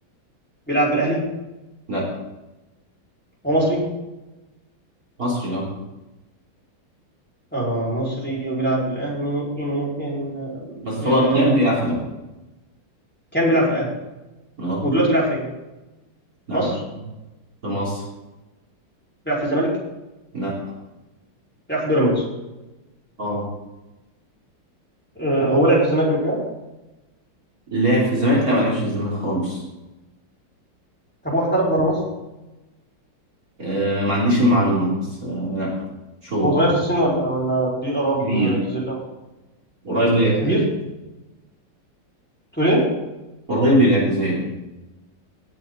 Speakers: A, in the centre; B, on the right (about 40°).
A: بيلعب في الاهلي
B: لا
A: هو مصري
B: مصري اه
A: اه مصري وبيلعب في الاهلي إن إن
B: بس
A: آه
B: هو كان بيلعب في الأهلي
A: كان بيلعب في الاهلي
B: اه
A: ودلوقتي بيلعب فين
B: نعم
A: مصر
B: في مصر
A: بيلعب في الزمالك
B: لا
A: بيلعب في بيراميدز
B: اه
A: آه هو لعب في الزمالك قبل كده
B: لا في الزمالك لا ما لعبش في الزمالك خالص
A: طب هو احترف بره مصر
B: آه ما عنديش المعلومة بس آه لا مش هو
A: هو صغير في السن ولا ولا بيقرب
B: كبير
A: اعتزال الاول
B: قريب للاعتزال
A: كبير تقول ايه
B: قريب للاعتزال